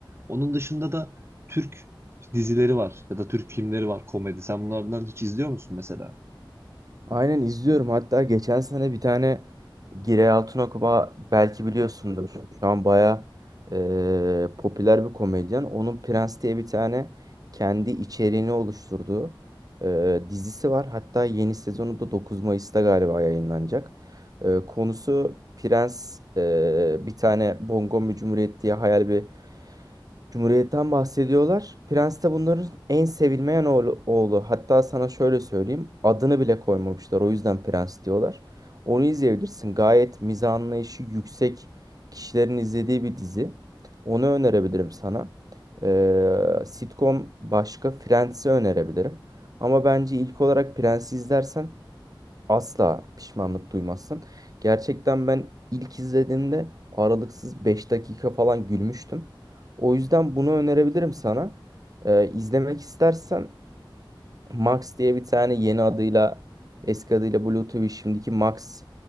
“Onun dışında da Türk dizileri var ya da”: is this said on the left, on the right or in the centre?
Right